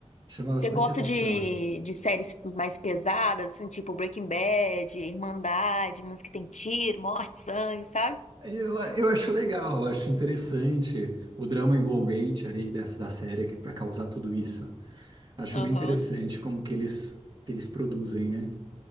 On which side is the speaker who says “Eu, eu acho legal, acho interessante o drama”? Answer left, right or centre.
Right